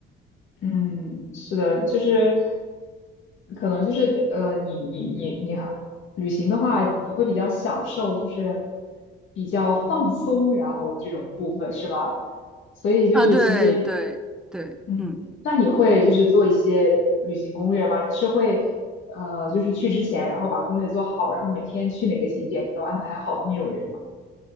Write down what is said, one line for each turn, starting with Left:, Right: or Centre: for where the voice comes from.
Left: 嗯，是的，就是可能就是呃，你你你你好旅行的话，你会比较享受，就是比较放松，然后这种部分是吗？所以就是其实，
Centre: 啊、对对对，
Left: 嗯，
Centre: 嗯，
Left: 那你会就是做一些旅行攻略吗？你是会呃，就是去之前，然后把攻略做好，然后每天去哪个景点你都安排好的那种人吗？